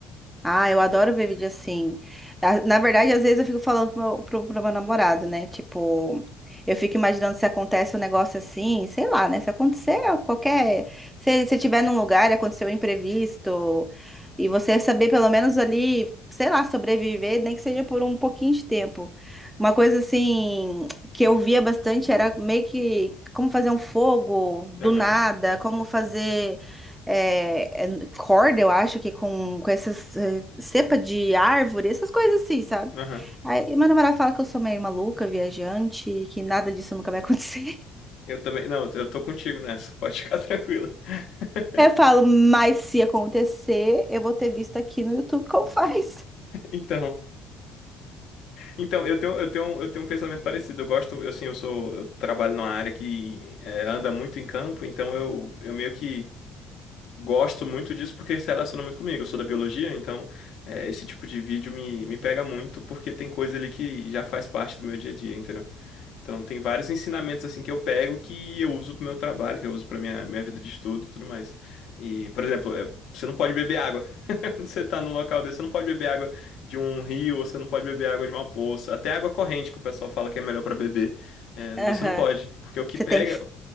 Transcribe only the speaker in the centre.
Ah, eu adoro ver vídeo assim. Ah, Na verdade, às vezes eu fico falando pro meu, pro- pro meu namorado, né? Tipo, eu fico imaginando se acontece um negócio assim, sei lá, né? Se acontecer qualquer. Se você estiver num lugar e aconteceu um imprevisto, e você saber pelo menos ali, sei lá, sobreviver, nem que seja por um pouquinho de tempo. Uma coisa assim que eu via bastante era meio que como fazer um fogo do
nada, como fazer é, é, corda, eu acho que com, com essas cepa de árvore, essas coisas assim, sabe?
Aí meu namorado fala que eu sou meio maluca, viajante, que nada disso nunca vai acontecer. <laughs>
Eu falo, mas se acontecer, eu vou ter visto aqui no YouTube como faz.
Aham.
Você
tem que.